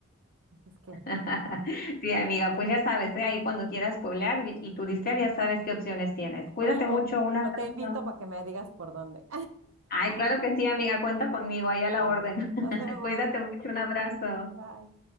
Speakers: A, on the right; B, on the left.
A: Así Es que,
B: <laughs> Sí, amiga, pues ya sabes, ¿eh? Ahí cuando quieras pueblar y, y turistear, ya sabes qué opciones tienes. Cuídate
A: oye, o
B: mucho,
A: te,
B: un abrazo.
A: o te invito para que me digas por dónde.
B: Ay, claro que sí, amiga, cuenta conmigo,
A: <laughs>
B: ahí a la
A: Vale,
B: orden. <laughs>
A: nos vemos.
B: Cuídate mucho, un abrazo.
A: Bye.